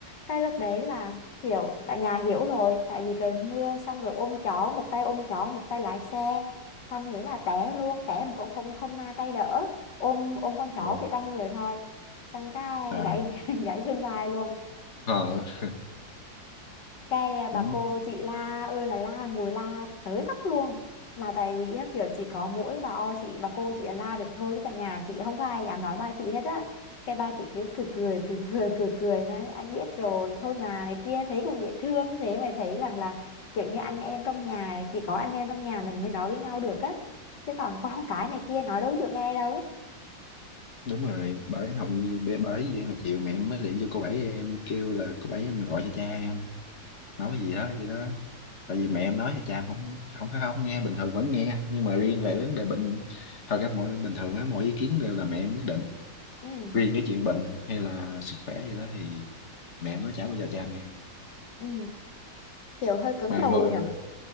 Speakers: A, on the left; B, on the left.
A: cái lúc đấy là kiểu cả nhà hiểu rồi tại vì trời mưa xong rồi ôm chó một tay ôm chó một tay lái xe xong nghĩa là té luôn té mà cũng không không na tay đỡ ôm ôm con chó
B: rồi
A: về trong người thôi xong cái
B: à
A: gãy <laughs> gãy xương vai luôn
B: Ờ, <laughs>
A: cái à, bà
B: cũng
A: cô chị la ơi là la ngồi la tới tấp luôn mà tại vì á, kiểu chỉ có mỗi bà o chị bà cô chị là la được thôi chứ tại nhà chị không có ai dám nói ba chị hết á cái ba chị cứ cười cười cười cười cười cười nói anh biết rồi thôi mà này kia thấy cũng dễ thương thế mà thấy rằng là kiểu như anh em trong nhà chỉ có anh em trong nhà mình mới nói với nhau được á chứ còn <laughs> con cái này kia nói đâu chịu nghe đâu
B: đúng rồi bởi học như bởi bởi vì hồi chiều mẹ em mới điện cho cô bảy em kêu là cô bảy em gọi cho cha em nói gì đó gì đó tại vì mẹ em nói là cha em không không phải không nghe bình thường vẫn nghe nhưng mà riêng về vấn đề bệnh thật ra mọi bình thường á mọi ý kiến đều là mẹ em quyết định
A: ừ
B: riêng cái chuyện bệnh hay là sức khỏe gì đó thì mẹ em nói chả bao giờ cha em nghe
A: ừ kiểu hơi cứng
B: mà
A: đầu
B: ngược
A: nhỉ